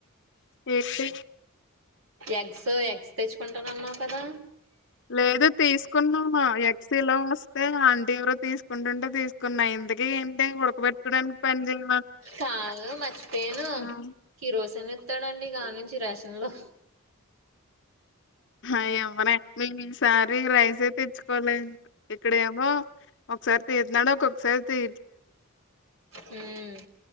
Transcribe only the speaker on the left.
ఎంటె
లేదు తీసుకున్నాను ఎక్సీలో నొస్తే అంటి ఎవరు తీసుకుంటుంటే తీసుకున్న ఇంతకి ఏంటె ఉడకబెట్టడానికి పని చేయ
ఆ!
ఆహ్ ఎవనం మేము ఈసారి రైసే తెచ్చుకోలె ఇక్కడెమో ఒకసారి తీతున్నాడో ఒకొకసారి తీ